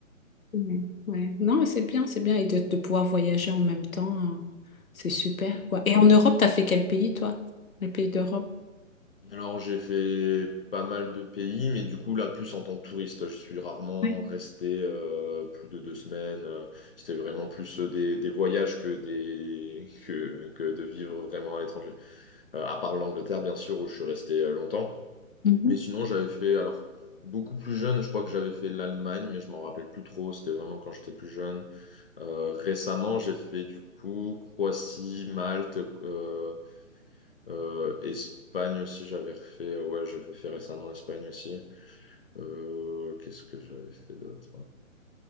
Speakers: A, on the left (about 80°); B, on the left (about 40°).
A: ouais, ouais. Non, mais c'est bien, c'est bien. Et de, de pouvoir voyager en même temps, hein, c'est super,
B: euh,
A: quoi. Et en Europe, t'as fait quel pays, toi? Les pays d'Europe?
B: Alors, j'ai fait pas mal de pays, mais du coup, là, plus en tant que touriste. Je suis rarement
A: ouais.
B: resté euh, plus de deux semaines. Euh, C'était vraiment plus euh, des, des voyages que, des, <laughs> que, que de vivre vraiment à l'étranger. Euh, à part l'Angleterre, bien sûr, où je suis resté euh, longtemps.
A: Mhm.
B: Mais sinon, j'avais fait, alors, beaucoup plus jeune, je crois que j'avais fait l'Allemagne, mais je m'en rappelle plus trop. C'était vraiment quand j'étais plus jeune. Euh, récemment, j'ai fait, du coup, Croatie, Malte, euh, euh, Espagne aussi, j'avais refait. euh, Ouais, j'avais fait récemment Espagne aussi. Euh, qu'est-ce que j'avais fait d'autre?